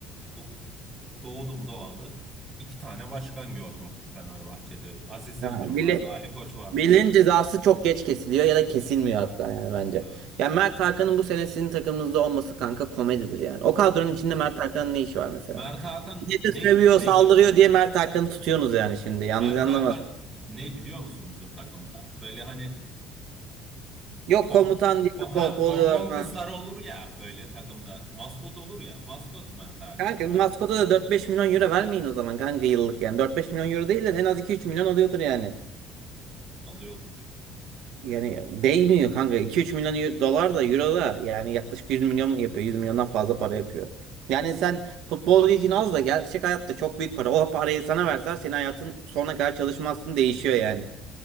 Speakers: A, on the right (about 15°); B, on the right (about 65°).
A: bu, doğdum doğalı iki tane başkan gördüm Fenerbahçe'de. Aziz Yıldırım
B: Ha, bile.
A: vardı, Ali Koç vardı.
B: Miller'in cezası çok geç kesiliyor ya da kesilmiyor hatta yani bence.
A: Evet.
B: yani Mert Hakan'ın bu sene sizin takımınızda olması kanka komedidir yani. O kadronun
A: Ya,
B: içinde Mert Hakan'ın ne işi var mesela?
A: Mert Hakan
B: Bir
A: ne
B: de seviyor,
A: ne
B: saldırıyor
A: gibi?
B: diye Mert Hakan'ı tutuyorsunuz yani şimdi. Yanlış
A: Mert
B: anlamadım.
A: Hakan e, ne biliyor musun bizim takımda? Böyle hani
B: Yok
A: pomp
B: komutan diye
A: po-
B: pop
A: ha
B: oluyorlar
A: pompon
B: falan.
A: kızlar olur ya böyle takımda. Maskot olur ya. Maskot Mert Hakan
B: Kanka
A: şu
B: bir
A: an
B: maskota da 4-5 milyon euro vermeyin o zaman kanka yıllık yani. 4-5 milyon euro değil de en az iki üç milyon alıyordur yani.
A: alıyordur.
B: Yani değmiyor kanka. 2 üç milyon eu- dolar da euro da yani yaklaşık 100 milyon yapıyor. 100 milyondan fazla para yapıyor. Yani sen futbolcu için az da gerçek hayatta çok büyük para. O parayı sana verseler senin hayatın sonuna kadar çalışmazsın değişiyor yani.